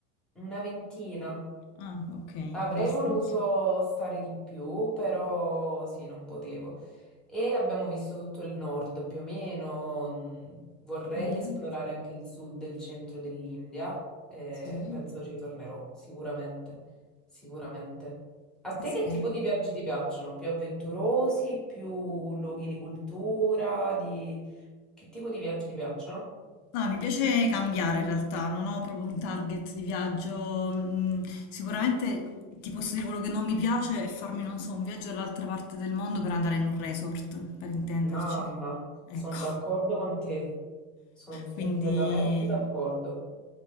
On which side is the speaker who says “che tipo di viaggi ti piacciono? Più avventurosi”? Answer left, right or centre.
Centre